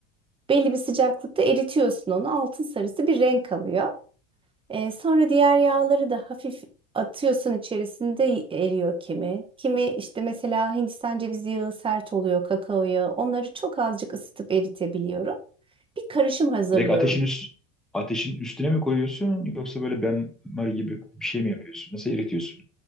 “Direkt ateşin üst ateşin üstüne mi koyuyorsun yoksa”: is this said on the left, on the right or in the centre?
Centre